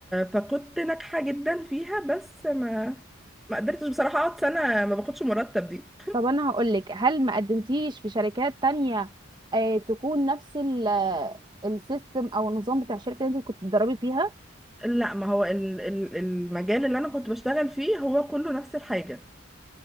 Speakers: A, in the centre; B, on the right.
A: فكنت ناجحة جدا فيها بس ما ما قدرتش بصراحة أقعد سنة ما باخدش مرتب دي
B: طب
A: <laughs>
B: انا هقولك هل ما قدمتيش في شركات تانية آه تكون نفس ال- آه، السيستم او النظام بتاع الشركه اللي انت كنت بتدربي فيها
A: لا ما هو ال... ال- المجال اللي أنا كنت بشتغل فيه هو كله نفس الحاجة